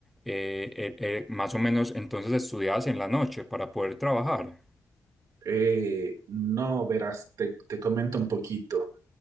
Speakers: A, in the centre; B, on the right.
A: eh, eh, eh, más o menos, entonces estudiabas en la noche para poder trabajar.
B: eh, no, verás, te, te comento un poquito.